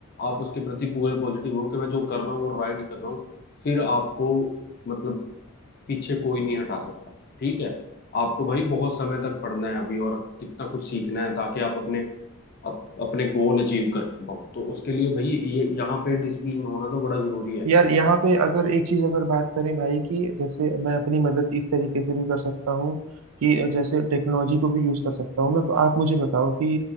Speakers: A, on the left; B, on the right.
A: आप उसके प्रति पूरे पॉजिटिव हो कि मैं जो कर रहा हूँ वो राइट कर रहा हूँ फिर आपको मतलब पीछे कोई नहीं हटा सकता ठीक है आपको भाई बहुत समय तक पढ़ना है अभी और कितना कुछ सीखना है ताकि आप अपने अप, अपने गोल अचीव कर पाऊँ तो उसके लिए भाई ये यहाँ पे डिसिप्लिन होना तो बड़ा जरूरी है
B: यार यहाँ पे अगर एक चीज अगर बात करें भाई कि जैसे मैं अपनी मदद इस तरीके से भी कर सकता हूँ कि जैसे टेक्नोलॉजी को भी यूज कर सकता हूँ ना तो आप मुझे बताओ कि